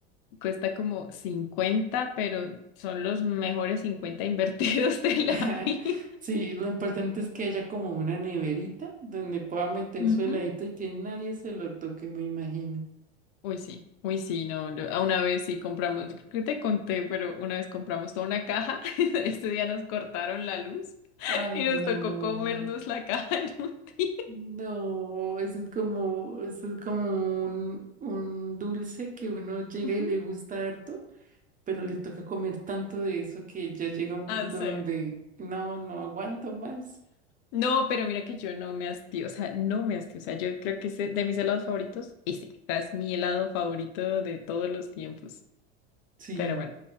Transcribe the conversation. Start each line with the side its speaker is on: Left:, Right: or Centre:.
Left: Cuesta como cincuenta pero son los mejores 50 invertidos <laughs> de la
Right: <laughs>
Left: vida.
Right: Sí, lo importante es que haya como una neverita donde pueda meter
Left: Ujú.
Right: su heladito y que nadie se lo toque, me imagino.
Left: Uy, sí, uy, sí, no, no, a una vez sí compramos, yo creo que te conté, pero una vez compramos toda una caja, <laughs> este día nos cortaron la luz
Right: Ay,
Left: y nos
Right: no.
Left: tocó comernos la caja en un día.
Right: No, eso es como, eso es como un, un dulce que uno llega
Left: Ujú.
Right: y le gusta harto. pero le toca comer tanto de eso que ya llega un punto
Left: Ah, sí.
Right: donde no, no aguanto más.
Left: No, pero mira que yo no me hastio, o sea, no me hastio, o sea, yo creo que ese- de mis helados favoritos, y sí, o sea, es mi helado favorito de todos los tiempos.
Right: Sí.
Left: Pero bueno,